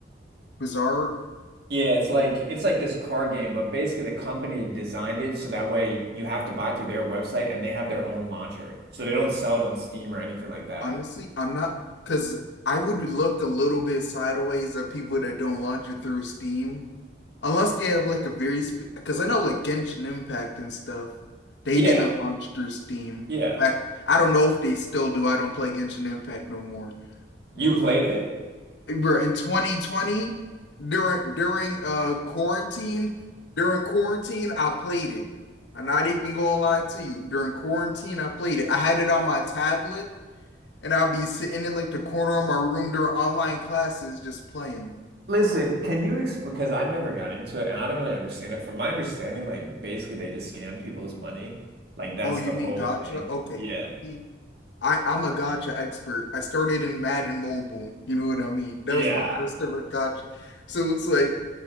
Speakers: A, on the left (about 75°); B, on the right (about 60°).
A: Bizarre,
B: Yeah, it's like it's like this car game, but basically the company designed it so that way you have to buy it through their website and they have their own launcher. So they don't sell it on Steam or anything like that.
A: honestly, I'm not because I would look a little bit sideways at people that don't launch it through Steam, unless they have like a very because I know like Genshin Impact and stuff, they
B: Yeah.
A: didn't launch through Steam.
B: Yeah.
A: Back, I don't know if they still do. I don't play Genshin Impact no more.
B: You
A: But
B: played it?
A: bro, in 2020, during during uh quarantine, during quarantine, I played it. I'm not even gonna lie to you. During quarantine, I played it. I had it on my tablet. and I'll be sitting in like the corner of my room during online classes just playing.
B: Listen, can you explain? Because I never got into it, and I don't really understand it. From my understanding, like basically they just scam people's money. Like that's
A: Oh, you
B: the whole
A: mean gotcha?
B: thing.
A: Okay.
B: Yeah.
A: See, I, I'm a gotcha expert. I started in Madden Mobile. You know what I mean? That
B: Yeah.
A: was my first ever gotcha. So it's like